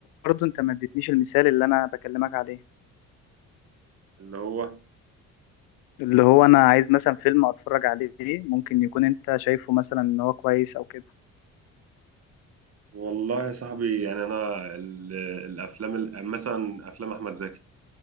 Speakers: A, on the left; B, on the right.
A: برضو انت ما اديتنيش المثال اللي انا بكلمك عليه
B: اللي هو
A: اللي هو انا عايز مثلا فيلم اتفرج عليه ممكن يكون انت شايفه مثلا ان هو كويس او كده
B: والله يا صاحبي يعني انا ال- الافلام ال- مثلا افلام احمد زكي